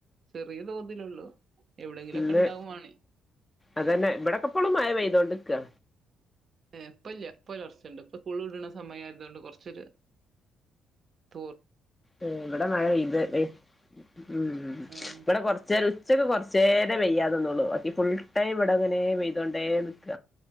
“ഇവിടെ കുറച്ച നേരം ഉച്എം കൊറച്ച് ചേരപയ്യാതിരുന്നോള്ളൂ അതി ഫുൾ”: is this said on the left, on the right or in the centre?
Left